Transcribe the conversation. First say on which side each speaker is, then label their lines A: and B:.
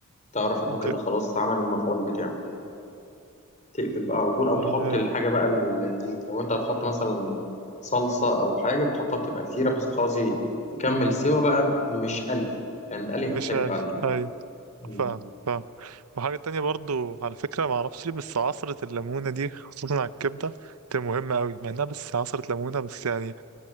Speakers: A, on the left; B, on the right.
A: تعرف انه
B: مم.
A: كده خلاص عمل المفعول بتاعه تقفل بقى على طول او
B: تمام
A: تحط الحاجة بقى ال- لو انت هتحط مثلا صلصة او حاجة بتحطها بتبقى كتيرة بحيث خلاص ي- يكمل سوا بقى مش قلي يعني القلي
B: مش
A: هيتحرق
B: عارف
A: بعد كده
B: ايوه
A: مم.
B: فاهم فاهم وحاجة تانية برضو على فكرة معرفش ليه بس عصرة الليمونة دي خصوصا على الكبدة تبقى مهمة أوي مع إنها بس عصرة ليمونة بس يعني